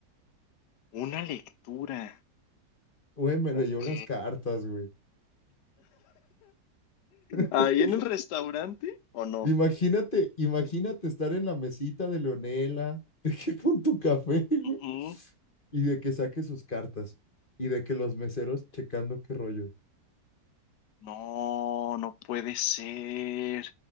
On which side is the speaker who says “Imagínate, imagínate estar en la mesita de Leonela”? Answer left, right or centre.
Left